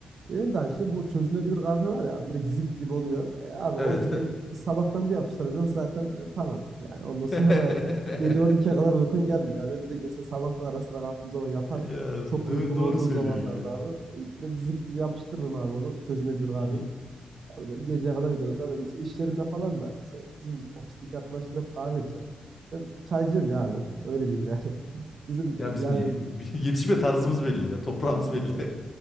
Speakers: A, on the right (about 50°); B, on the left (about 30°).
A: Benim de aynı şey bu çözünebilir kahve var ya abi, direkt zift gibi oluyor. E, abi
B: Evet.
A: onu direkt sabahtan bir yapıştıracaksın zaten e, tamam. Yani ondan sonra
B: <laughs>
A: da gece 12'ye kadar uykun gelmiyor. Ya ben direkt mesela sabahtan arasına kalktığım zaman yaparım.
B: Ya
A: Çok
B: doğru,
A: uykum
B: doğru
A: olduğu
B: söylüyorsun
A: zamanlarda
B: ya.
A: abi e, direkt zift gibi yapıştırırım abi onu çözünebilir kahveyi.
B: Hı hı.
A: Ondan sonra Geceye kadar giderim. Zaten mesela iş yerinde falan da mesela bizim ofisteki arkadaşlar hep kahve içer. Ben çaycıyım ya abi. Öyle diyeyim yani. <laughs> Bizim
B: Ya bizim
A: yani
B: ye- <laughs> yetişme tarzımız belli ya. Toprağımız
A: Evet,
B: belli.
A: doğru.